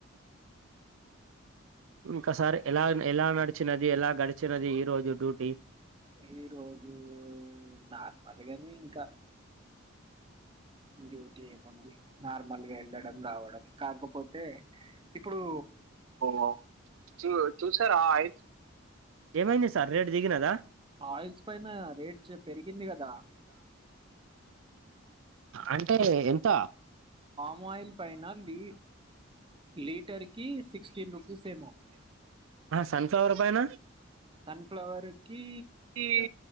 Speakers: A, on the right; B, on the right.
A: ఇంకా సార్ ఎలా ఎలా నడిచినది ఎలా గడిచినది ఈ రోజు డ్యూటీ
B: ఈ రోజు నార్మల్గాని ఇంకా డ్యూటీ ఏముంది నార్మల్గా వెళ్ళడం రావడం కాకపోతే ఇప్పుడు
A: ఓ చూ చూసారా ఆ ఏమైంది సార్ రేటు దిగినదా
B: ఆయిల్స్ పైన రేట్ పెరిగింది కదా
A: అంటే ఎంత
B: మ్ ఆయిల్ పైన లీ లీటర్కి సిక్స్టీన్ రూపీస్ ఏమో
A: సన్ఫ్లవర్ పైన
B: సన్ఫ్లవర్కి
A: ఈ